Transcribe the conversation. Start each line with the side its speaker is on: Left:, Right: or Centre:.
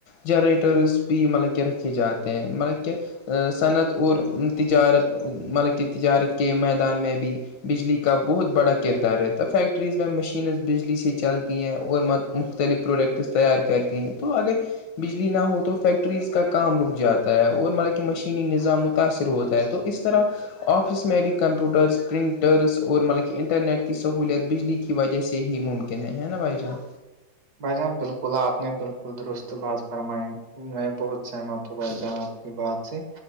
Left: جنریٹرس بھی مطلب کہ رکھے جاتے ہیں مطلب کہ صنعت اور تجارت مطلب کہ تجارت کے میدان میں بھی بجلی کا بہت بڑا کردار ہے ت فیکٹریز میں مشینز بجلی سے چلتی ہیں اور مختلف پروڈکٹس تیار کرتی ہیں تو اگر بجلی نہ ہو تو فیکٹریز کا کام رک جاتا ہے اور ما مشینی نظام متاثر ہوتا ہے تو اس طرح آفس میں ابھی کمپیوٹرس پرنٹرس اور مطلب کہ انٹرنیٹ کی سہوولت بجلی کی وجہ سے ہی ممکن ہے نا بھائی جان
Right: بھائی جانب بالکل آپ نے بالکل درست بات فرمائی میں بہت سہمت تو بائی جان آ کی بات سے